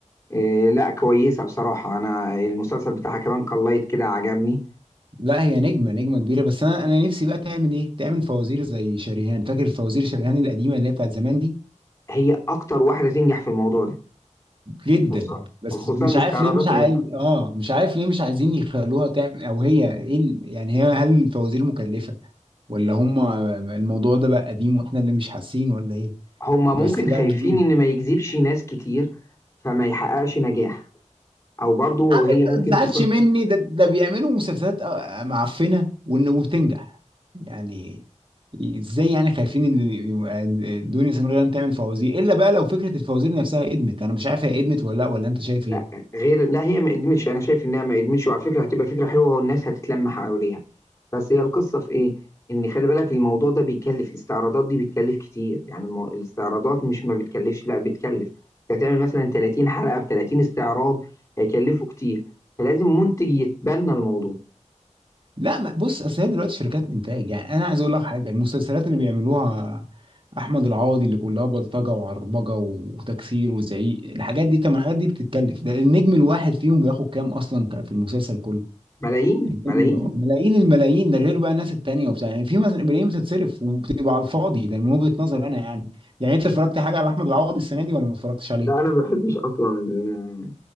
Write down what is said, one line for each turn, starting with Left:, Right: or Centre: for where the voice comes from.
Left: إيه لا كويسة بصراحة أنا المسلسل بتاعها كمان قليت كده عجبني
Right: لا هي نجمه نجمه كبيره بس انا انا نفسي بقى تعمل ايه تعمل فوازير زي شريهان فاكر فوازير شريهان القديمه اللي هي بتاعت زمان دي
Left: هي أكتر واحدة تنجح في الموضوع ده
Right: جدا
Left: خصوصا
Right: بس
Left: خصوصا
Right: مش
Left: الاستعراضات
Right: عارف ليه مش عايز
Left: اللي هي بتعملها
Right: اه مش عارف ليه مش عايزين يخلوها تعمل او هي ايه ال- يعني هي هل الفوازير مكلفة ولا هم الموضوع ده بقى قديم واحنا اللي مش حاسين ولا ايه
Left: هما ممكن
Right: بس لا
Left: خايفين
Right: لذيذ
Left: إن ما يجذبش ناس كتير فما يحققش نجاح أو برضو
Right: يا عم
Left: هي ممكن
Right: ما تزعلش
Left: تكون
Right: مني ده ده بيعملوا مسلسلات آه، معفنة وإن- وبتنجح يعني ازاي يعني خايفين ان دنيا سمير غانم تعمل فوازير الا بقى لو فكرة الفوازير نفسها ادمت انا مش عارف هي ادمت ولا لا ولا انت شايف
Left: لا
Right: ايه
Left: غير لا هي ما قدمتش انا شايف انها ما قدمتش وعلى فكره هتبقى فكره حلوه والناس هتتلم حواليها بس هي القصه في ايه ان خلي بالك الموضوع ده بيكلف الاستعراضات دي بتكلف كتير يعني المو... الاستعراضات مش ما بتكلفش لا بتكلف انت هتعمل مثلا 30 حلقه ب 30 استعراض هيكلفوا كتير فلازم منتج يتبنى الموضوع
Right: لا ما بص اصل هي دلوقتي شركات انتاج يعني انا عايز اقول لك حاجه المسلسلات اللي بيعملوها احمد العوضي اللي كلها بلطجه وعربجه وتكسير وزعيق الحاجات دي طب ما الحاجات دي بتتكلف ده النجم الواحد فيهم بياخد كام اصلا كان في المسلسل كله
Left: ملايين
Right: النجم
Left: ملايين
Right: الوا- ملايين الملايين ده غير بقى الناس التانيه وبتاع يعني في مس- ملايين بتتصرف وبتبقى على الفاضي ده من وجهه نظري انا يعني يعني انت اتفرجت حاجه على احمد العوضي السنه دي ولا ما اتفرجتش عليه؟
Left: لا انا ما بحبش اصلا ال-